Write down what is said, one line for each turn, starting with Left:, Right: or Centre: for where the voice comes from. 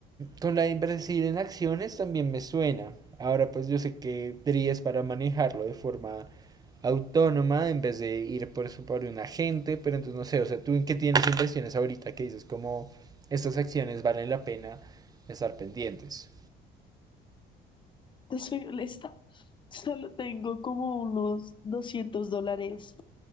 Right: Con la de invertir en acciones también me suena. Ahora pues yo sé que DRI es para manejarlo de forma autónoma en vez de ir por eso por un agente, pero entonces no sé, o sea, tú en qué tienes inversiones ahorita que dices como estas acciones valen la pena estar pendientes.
Left: Te soy honesta, solo tengo como unos 200 dólares